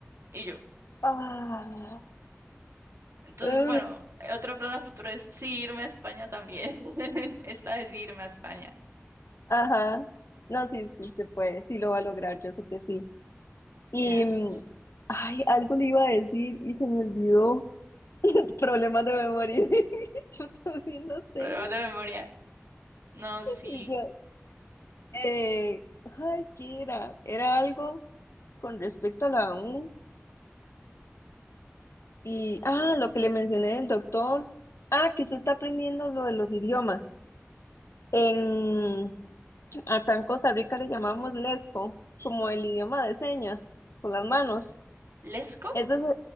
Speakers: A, on the right; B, on the left.
A: Y yo,
B: Ah,
A: entonces,
B: uh,
A: bueno, otro plan a futuro es sí irme a España también. <laughs> Esta vez sí irme a España.
B: ajá. No, sí, sí se puede, sí lo va a lograr, yo sé que sí. Y,
A: Gracias.
B: mm, ay, algo le iba a decir y se me olvidó. <laughs> Problemas de memoria. <laughs> Yo también los tengo.
A: Problemas de memoria. No, sí.
B: Y yo, eh, ay, ¿qué era? Era algo con respecto a la U. Y, ah, lo que le mencioné del doctor. Ah, que usted está aprendiendo lo de los idiomas. En, acá en Costa Rica le llamamos lesco, como el idioma de señas, con las manos.
A: ¿Lesco?
B: Eso es,